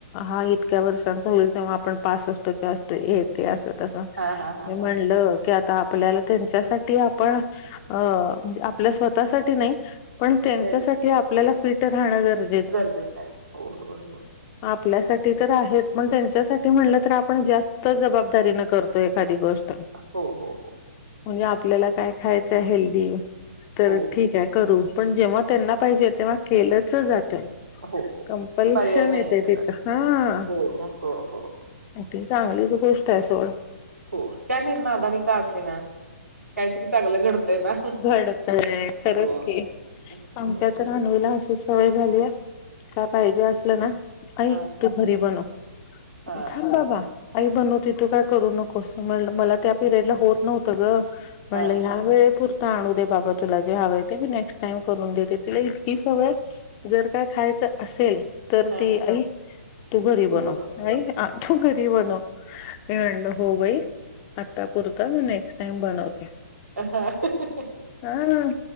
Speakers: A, on the left; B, on the right.
A: हा इतक्या वर्षांचा होईल तेव्हा आपण पास वाजताो असतो हे ते असत अस हे
B: हा हा हा
A: म्हणलं
B: हा
A: की आता आपल्याला त्यांच्यासाठी आपण अ म्हणजे आपल्या स्वतःसाठी नाही, पण त्यांच्यासाठी
B: ते ते
A: आपल्याला फिट राहणं गरजे
B: गरजेचं आहे हो हो हो,
A: आपल्यासाठी तर आहेच पण त्यांच्यासाठी म्हणलं तर आपण जास्त जबाबदारी न करतो एखादी गोष्ट,
B: हो हो हो
A: म्हणजे आपल्याला काय खायचं हेल्दी तर
B: हो
A: ठीक करू पण जेव्हा त्यांना पाहिजे तेव्हा केलंच जातय
B: हो हो
A: कंपल्शन
B: पर्याय नाही
A: येते
B: आहे त्याला
A: तिथं हा
B: हो हो हो हो
A: ती चांगलीच गोष्ट आहे सोड
B: हो त्या निर्दनी का असे ना काहीतरी चांगलं घडतय ना
A: घडतंय तरंच
B: होय
A: की आमच्यात
B: होय
A: जानुला अशी सवय झाली आहे काय पाहिजे असलं ना आई
B: हा
A: तू घरी बनव
B: हा
A: थांब बाबा आई बनवते तु काही करू नकोस मला त्या पिरेयडला होत नव्हतं ग पणलं
B: हा
A: ह्या वेळेत हो् आणू दे बाबा तुला जे हवे ते मी नेक्स्ट टाइम करून देते तिला इतकी सवय हे जर काय खायचं असेल तर
B: हा
A: ती आई घरी बनव
B: तू बरा
A: आई आ तू घरी बनव मी म्हणलं हो बाई आत्तापुरत मी नेक्स्ट टाईम घरी बनवते,
B: अ ह हं हं
A: आ.. अ